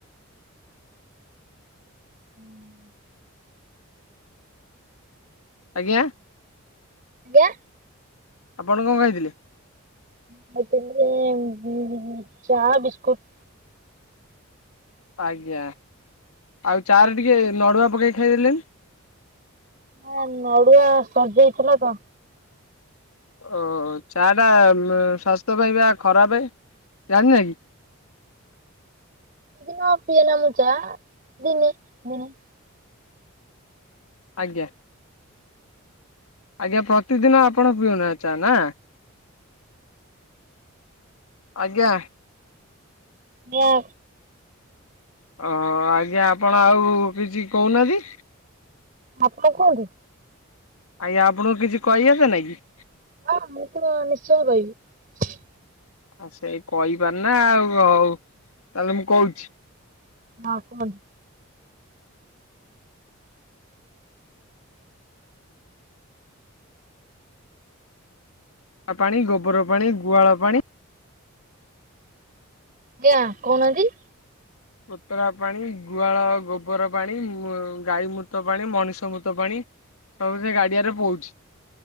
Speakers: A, on the right; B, on the left.
A: ଉଁ
B: ଆଜ୍ଞା?
A: ଆଜ୍ଞା?
B: ଆପଣ କଣ ଖାଇଥିଲେ?
A: ଉଁ ମତେ <inaudible> ଚା ବିସ୍କୁଟ।
B: ଆଜ୍ଞା ଆଉ ଚାଆରେ ଟିକେ ନଡୁଆ ପକେଇ ଖାଇଦେଲେନି।
A: ନା ନଡୁଆ ସରଯାଇଥିଲା ତ।
B: ଓ ଚାଟା ଉମ ସ୍ୱାସ୍ଥ୍ୟ ପାଇଁ ପା ଖରାପେ। ଜାଣିନ କି?
A: କ ପିଏନା ମୁଁ ଚାଆ ଦିନେ ଦିନେ।
B: ଆଜ୍ଞା। ଆଜ୍ଞା ପ୍ରତିଦିନ ଆପଣ ପିଉନା ଚା ନା? ଆଜ୍ଞା।
A: ନାଁ।
B: ଓହୋ ଆଜ୍ଞା ଆପଣ ଆଉ କିଛି କୋହୁନାନ୍ତି।
A: ଆପଣ କୁହନ୍ତୁ।
B: ଆଜ୍ଞା ଆପଣଙ୍କୁ କିଛି କହି ଆସେ ନାଇ କି?
A: ହଁ ମୁଁ ତ ନିଶ୍ଚୟ କହିବି।
B: ଆ ସେଇ କହିପାରନା ଆଉ ହ ହୋଉ ତାହଲେ ମୁଁ କୋହୁଚି।
A: ନା କୁହନ୍ତୁ।
B: ଆ ପାଣି, ଗୋବର ପାଣି, ଗୁହାଳ ପାଣି।
A: ଆଗିଁଆ କୋହୁନାହାନ୍ତି।
B: କୋତରା ପାଣି, ଗୁହାଳ ଗୋବର ପାଣି, ଉଁ ଗାଈ ମୁତ ପାଣି, ମଣିଷ ମୁତ ପାଣି। ସବୁ ସେ ଗାଡିଆରେ ପଉଛି।